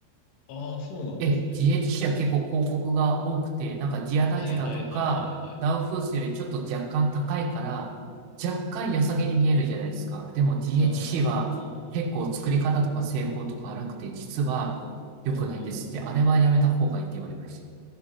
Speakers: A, on the left; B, on the right.
A: ああ、そうなんですね。
B: ええ、DHC は結構広告が多くて、なんかジアナチュラとかラウフースよりちょっと若干高いから、
A: はいはいはいはいはい。
B: 若干良さげに見えるじゃないですか。でも DHC
A: ああ、
B: は結構作り方とか製法とか荒くて、実は良くないですって、
A: うんうんうんうん。
B: あれはやめた方がいいって言われました。